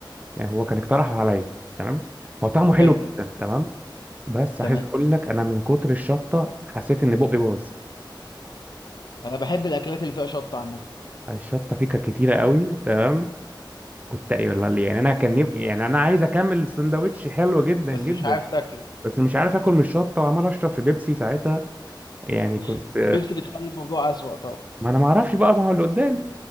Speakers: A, on the right (about 20°); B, on the left (about 55°).
A: يعني هو كان اقترحه عليا تمام هو طعمه حلو
B: حلو
A: جدا تمام بس
B: تمام
A: عايز اقول لك انا من كتر الشطه حسيت ان بقي باظ
B: انا بحب الاكلات اللي فيها شطة عامة
A: الشطه فيه كانت كتيره قوي تمام كنت ايه والله ليه؟ يعني انا كان يب... يعني انا عايز اكمل السندوتش حلو جدا
B: بس
A: جدا
B: مش عارف تاكله
A: بس مش عارف اكل من الشطه وعمال اشرب في بيبسي ساعتها يعني
B: <laughs>
A: كنت
B: البيبسي بتخلي الموضوع اسوأ
A: ما انا ما اعرفش بقى ما هو اللي قدامي